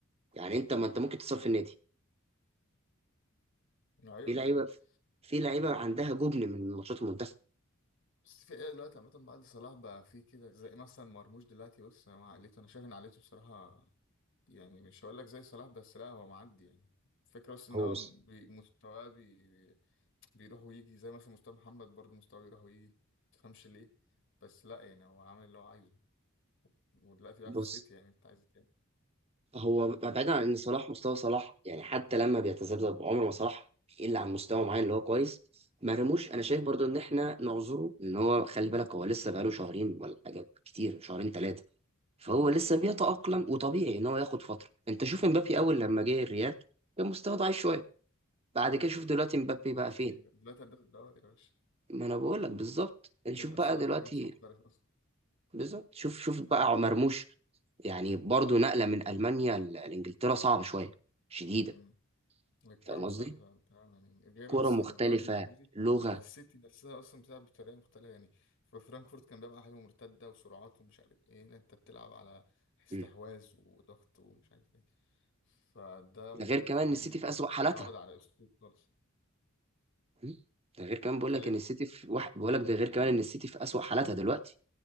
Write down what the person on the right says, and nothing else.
يعني انت ما انت ممكن تتصاب في النادي
في لعيبه
في لعيبه عندها جبن من ماتشات المنتخب
هو
بس
بص
هو بعيدا عن ان صلاح مستوى صلاح يعني حتى لما بيتذبذب عمره ما صلاح الا عن مستوى معين اللي هو كويس مرموش انا
شايف برضو ان احنا نعذره ان هو خلي بالك هو لسه بقاله شهرين ولا حاجه كتير شهرين ثلاثه فهو لسه بيتاقلم
وطبيعي ان هو ياخد فتره انت شوف امبابي اول لما جه الريال كان مستواه ضعيف شويه بعد
كده شوف دلوقتي امبابي بقى
فين
ما انا بقول لك بالظبط يعني
شوف بقى
دلوقتي
بالظبط شوف شوف بقى مرموش يعني برضو نقله من المانيا ل- لانجلترا صعبه شويه شديده
فاهم
قصدي
كرة
مختلفة
لغة
م.
ده غير كمان
ان السيتي
في أسوأ
حالاتها
م. ده غير كمان بقول
لك
ان السيتي في واحد بقول لك ده غير كمان ان السيتي في أسوأ حالاتها دلوقتي